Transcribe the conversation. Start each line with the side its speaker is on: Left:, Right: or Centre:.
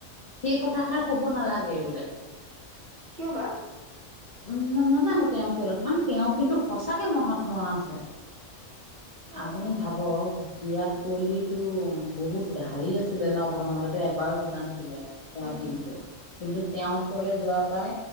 Left: সেই কথাষাৰ
Right: অ
Left: ক'ব নালাগে বোলে।
Right: কিয় বা
Left: উম নাজানো। তেওঁ কিয়? কাৰণ তেওঁ কিন্তু, সঁচাকে মহৎ নোৱা আছে।
Right: অ
Left: আপুনি ভাব বিৰাট কোহলিটো বহুত হাৰি আছিলে ন? প্ৰথমতেতো এবাৰো জিকা নাছিলে। তেওঁৰ
Right: উম
Left: টিমটো, কিন্তু তেওঁৰ ওচৰলৈ যোৱা পাই